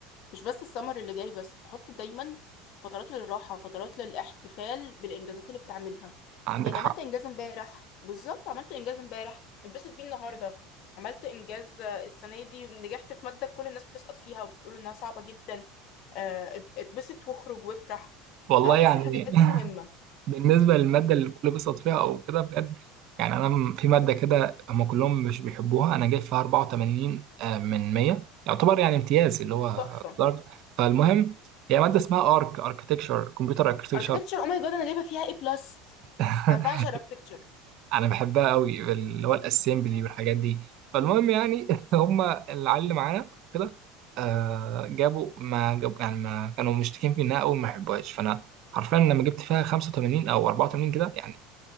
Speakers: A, on the left; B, on the right.
A: مش بس السمر اللي جاي بس تحط دايما فترات للراحة فترات للاحتفال بالإنجازات اللي بتعملها
B: عندك
A: يعني
B: حق
A: عملت إنجاز امبارح بالظبط عملت إنجاز امبارح اتبسط بيه النهاردة عملت إنجاز آه، السنة دي نجحت في مادة كل الناس بتسقط فيها وبتقول إنها صعبة جدا آه، ات- اتبسط واخرج وافرح
B: والله
A: أنا بحس
B: يعني
A: الحاجات دي مهمة
B: بالنسبة للمادة اللي الكل بيسقط فيها أو كده بجد يعني أنا م- في مادة كده هما كلهم مش بيحبوها أنا جايب فيها 84 آه، من 100 يعتبر يعني امتياز اللي هو
A: تحفة
B: درجة فالمهم هي مادة اسمها أرك أركتكشر كمبيوتر أركتكشر
A: architecture oh my god أنا جايبة فيها A plus
B: <laughs>
A: أنا بعشق الاركتكتشر
B: أنا بحبها قوي اللي هو الأسمبلي
A: والله
B: والحاجات دي فالمهم يعني <laughs> هما العيال اللي معانا وكده آه، جابوا ما جابوا يعني ما كانوا مشتكين في إنها أوي ما يحبوهاش فأنا حرفيا
A: مم.
B: لما جبت فيها 85 أو 84 كده يعني